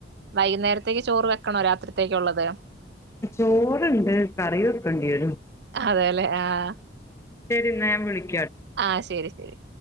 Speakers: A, on the right; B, on the left.
A: വൈക്ന്നേരത്തേക്ക് ചോറ് വെക്കണോ രാത്രിത്തേയ്ക്ക് ഉള്ളത്
B: ചോറ് ഇണ്ട് കറി വെക്കെണ്ട്യെരും ഉം
A: അതെല്ലേ ആഹ്
B: ശെരി ന്നാ ഞാൻ വിളി
A: ആഹ് ശരി ശരി